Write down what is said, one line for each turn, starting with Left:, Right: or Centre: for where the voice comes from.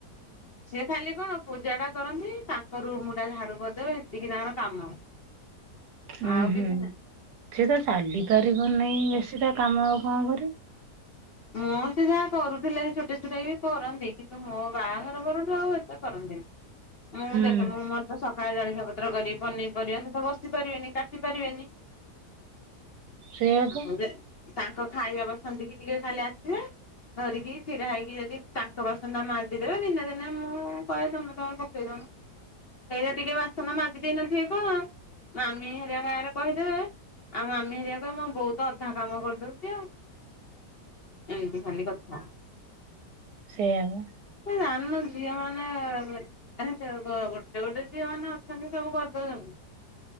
Left: ସିଏ ଖାଲି କଣ? ପୂଜାଟା କରନ୍ତି ତାଙ୍କ ରୁମୁଟା ଝାଡୁ କରିଦେବେ ସେତିକି ତାଙ୍କର କାମ।
Right: ହୁଁ
Left: ଆଉ କିଛି
Right: ହୁଁ
Left: ନାହିଁ
Right: ସିଏ ତ ଚାଲିପାରିବ ନେହିଁ ବେଶୀ ତା କାମ ଆଉ କଁ କରିବ।
Left: ମୋ ସେ ଯାଆ କରୁଥିଲେ ଛୋଟଇ ଛୋଟାଇ କରନ୍ତି କିନ୍ତୁ ମୋ ବାହାଘର ପରଠୁ ଆଉ ଏତେ କରନ୍ତିନି। ମୁଁ
Right: ହୁଁ
Left: ଦେ <unintelligible> ମୁଁ ମୋରତ ସକାଳେ ଜଳିଖିଆ। ପତ୍ର କରିକି ପନିପରିବା ସେତ ବସି ପାରିବେନି କାଟି ପାରିବେନି।
Right: ସେଇଆପା।
Left: ଆଉ ଯେ ତାଙ୍କ ଖାଇବା ବସନ୍ତିକି ଟିକେ ଖାଲି ଆସିବେ। ଧରିକି ଛିଡା ହେଇକି ଯଦି ତାଙ୍କ ବାସନଟା ମାଜିଦବେ ଦିନେ ଦିନେ ମୁଁ କହେ ତମେ କଣ ପକେଇଦବ। ସେଇଟା ଟିକେ ବାସନ ମାଜି ଦେଇ ନଥିବେ କଣ ମାମି ହେରିଆଙ୍କ ଆଗାରେ କହିଦେବେ ଆଉ ମାମି ହେରିଆ କହିବେ ମୋ ବୋହୁତ ଅଧା କାମ କରିଦଉଚି ଆଉ ଏମିତି ଖାଲି କଥା।
Right: ସେଇଆବା।
Left: ଆମ ଝିଅ ମାନେ <unintelligible> ଗ ଗୋଟେ ଗୋଟେ ଝିଅ ମାନେ ଅଛନ୍ତି ସବୁ କରିଦଉଚନ୍ତି।